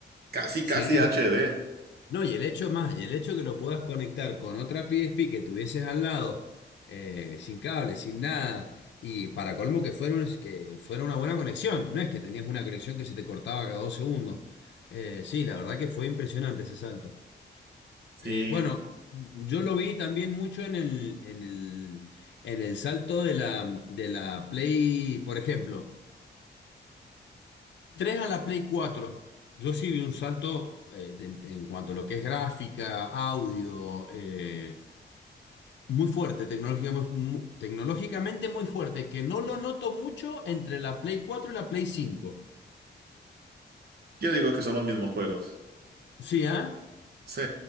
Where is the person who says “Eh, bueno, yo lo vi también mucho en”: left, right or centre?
Left